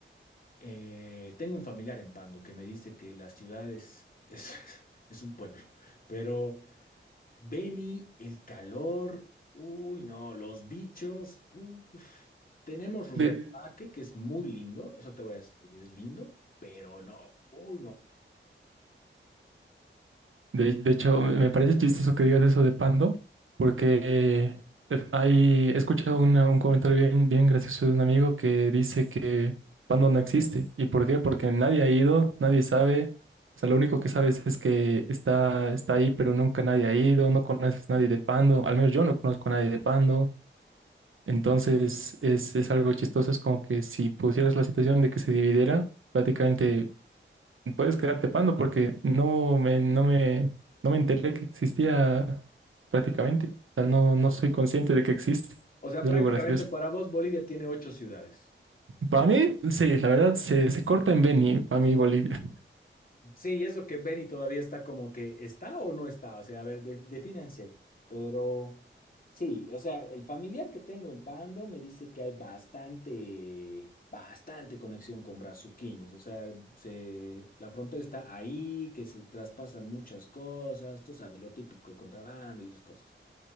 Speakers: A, on the left; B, on the right.
A: Eh, tengo un familiar en Pando que me dice que las ciudades es, <laughs> es un pueblo, pero... Benny, el calor, uy, no, los bichos, uf. Tenemos Rurrenabaque,
B: De,
A: que es muy lindo, eso te voy a decir, es lindo, pero no, uy, no.
B: De, de hecho, me parece chistoso que digas eso de Pando, porque eh, hay, he escuchado una- un comentario bien, bien gracioso de un amigo que dice que Pando no existe. ¿Y por qué? Porque nadie ha ido, nadie sabe. O sea, lo único que sabes es que está, está ahí, pero nunca nadie ha ido, no conoces a nadie de Pando, al menos yo no conozco a nadie de Pando. Entonces, es, es algo chistoso, es como que si pusieras la situación de que se dividiera, prácticamente Puedes quedarte pando porque no me, no me, no me enteré que existía prácticamente. O sea, no, no soy consciente de que existe.
A: O sea,
B: Es
A: prácticamente
B: algo gracioso.
A: para vos Bolivia tiene ocho ciudades.
B: Para mí, sí, la verdad, se, se corta en Beni, para mí Bolivia.
A: Sí, y eso que Benny todavía está como que está o no está, o sea, a ver, de- defínanse. Pero sí, o sea, el familiar que tengo en Pando me dice que hay bastante, bastante conexión con brazuquiños, o sea, se, la frontera está ahí, que se traspasan muchas cosas, tú sabes, lo típico, el contrabando y esas cosas.